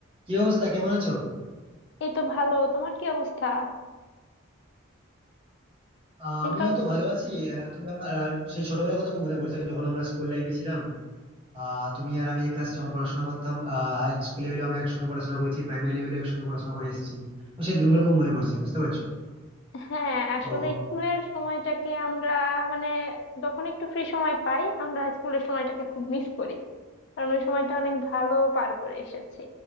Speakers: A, on the right (about 25°); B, on the left (about 55°).
A: কি অবস্থা কেমন আছো
B: এই তো ভালো তোমার কি অবস্থা
A: আহ,
B: দিনকাল
A: আমিও তো ভালো আছি আহ, তবে আমার আহ, সেই ছোটবেলার কথা খুব মনে পড়ছে যখন আমরা স্কুল লাইফে ছিলাম আহ, তুমি আর আমি এক ক্লাসে যখন পড়াশোনা করতাম হাই স্কুল লেভেলে আমরা একসঙ্গে পড়াশোনা করেছি প্রাইমারি লেভেলে একসঙ্গে পড়াশোনা করে এসেছি তো সেই দিনগুলো খুব মনে পড়ছে বুঝতে পারছো
B: হ্যাঁ আসলে
A: তো
B: স্কুলের সময়টাকে আমরা মানে যখন একটু ফ্রি সময় পাই আমরা স্কুলের সময়টাকে খুব মিস করি কারণ ওই সময়টা অনেক ভালো পার করে এসেছি